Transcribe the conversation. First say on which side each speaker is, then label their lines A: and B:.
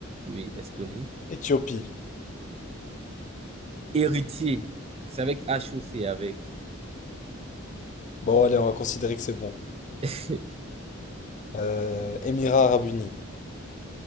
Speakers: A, on the right (about 30°); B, on the left (about 40°).
A: Oui, Estonie.
B: Éthiopie.
A: Héritier. C'est avec H ou c'est avec
B: Bon, allez, on va considérer que c'est bon.
A: <laughs>
B: Euh, Émirats Arabes Unis.